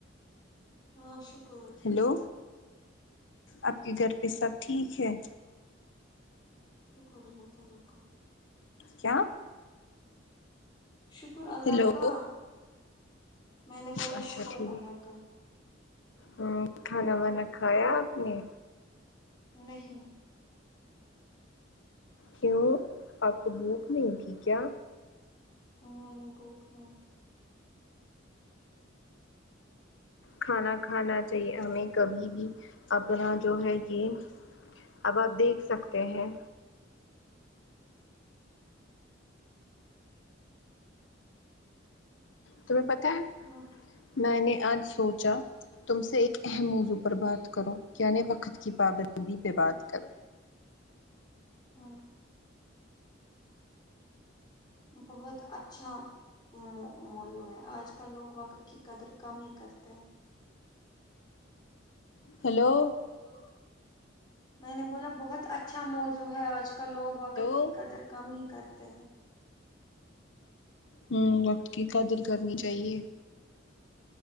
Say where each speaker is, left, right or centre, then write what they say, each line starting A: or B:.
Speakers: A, on the left; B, on the left.
A: ہاں شکر
B: ہیلو آپ کے گھر پہ سب ٹھیک ہے
A: شوکر ہے اللہ تعالی کا
B: کیا
A: شکر اللہ
B: ہیلو
A: کا میں نے
B: اچھا
A: بولا شکر
B: ٹھیک
A: اللہ کا
B: ہوں کھانا وانا کھایا آپ نے
A: نہیں
B: کیوں آپ کو بھوک نہیں ہے کیا
A: نہیں بھوک نئی
B: کھانا کھانا چاہیے ہمیں کبھی بھی اپنا جو ہے یہ اب آپ دیکھ سکتے ہیں تمہیں پتا ہے
A: تھی ہاں
B: میں نے آج سوچا
A: میں نے آج سوچا
B: تم سے ایک اہم
A: تم
B: موضوع
A: نے ایک
B: پر بات کرو یعنی وقت کی پابندی
A: <inaudible>
B: پہ بات کروں
A: ھمم بہت اچھا مو مولو ہے آج کل لوگ وقت کی قدر کم ہی کرتے ہیں
B: ہیلو
A: ہیلو میں نے بولا بہت اچھا موضوع ہے آج کل لوگ
B: ہیلو
A: وقت کی قدر کم ہی کرتے ہیں
B: ہمم وقت کی قدر کرنی چاہیے